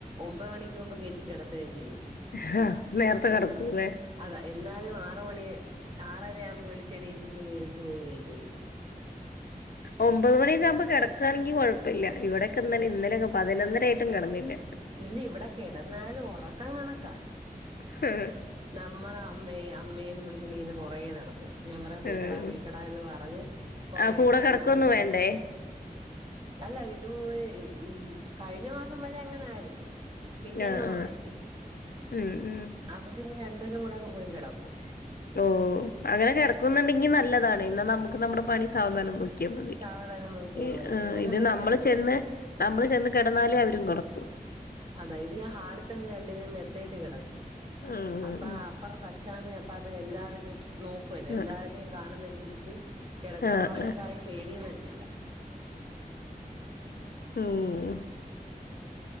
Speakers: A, on the right; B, on the left.
A: ഒമ്പത് മണിക്ക് മുമ്പ് കെറ്റി കിടത്തെയും ചെയ്യും.
B: ആഹ നേരത്തെ കിടക്കൂല്ലേ?
A: എ അതാ. എന്നാലും ആറ് മണി, ആറര ആവുമ്പോ വിളിച്ച് എണീയിപ്പിക്കും. ഇരുന്ന് തൂങ്ങേ ചെയ്യും.
B: ഒമ്പത് മണിയൊക്കെ ആവുമ്പോ കിടക്കുകയാണെങ്കി കൊഴ പ്പല്ല. ഇവിടക്കെ ഇന്നലെ ഇന്നലെയൊക്കെ പതിനൊന്നര ആയിട്ടും കിടന്നില്ല.
A: പിന്നെ ഇവിടെ കിടന്നാലും ഉറക്കം കണക്കാ.
B: ഹഹ.
A: നമ്മള അമ്മയെ അമ്മേന്ന് വിളിച്ചോണ്ടിങ്ങനെ പൊറകെ നടക്കും. ഞാൻ പറയാ, പൊയ്ക്കടാ
B: ആഹ്
A: പൊയ്ക്കടാ എന്ന് പറഞ്ഞ്, കൊറയൊക്കെ
B: ആഹ് കൂടെ
A: അങ്ങോട്ട്
B: കിടക്കൊന്നും
A: ഇങ്ങോട്ട്.
B: വേണ്ടേ
A: അല്ല ഇത്, ഉവെ കഴിഞ്ഞ മാസം വരെ അങ്ങനെ ആയിര്ന്ന്. പിന്നങ്ങ്
B: ആഹ്
A: മാറ്റി.
B: ആഹ് ഉം ഉം
A: അപ്പൊ പിന്നെ രണ്ടേരും കൂടെ അങ്ങ് പോയി കിടക്കും.
B: ഉം. അങ്ങനെ കിടക്കുന്നുണ്ടെങ്കി നല്ലതാണ്. എന്നാ നമുക്ക് നമ്മുടെ പണി സാവധാനം നോക്കിയാ മതി
A: സാവധാനം നോക്കിയാൽ
B: ഹി.
A: മതി അങ്ങനെ
B: ഇത്
A: പോയി
B: നമ്മള്
A: കിടക്കും
B: ചെന്ന്- നമ്മള് ചെന്ന് കിടന്നാലേ അവരും കെടക്കൂ.
A: അതാ ഇത് ഞാൻ ഹാളിൽത്തന്നെ രണ്ടിനേം മെത്തയിട്ട് കിടത്തും.
B: ആഹ്
A: അപ്പ അപ്പുറത്ത- അച്ചാമേം അപ്പാപ്പനേം എല്ലാവരും നോക്കുവല്ലേ?
B: ആഹ്
A: എല്ലാവരെയും കാണുന്ന രീതിക്ക്. കിടക്കും.
B: ആഹ്
A: അപ്പൊ അവർക്ക് ആഒരു പേടിയും വരത്തില്ല.
B: ഉം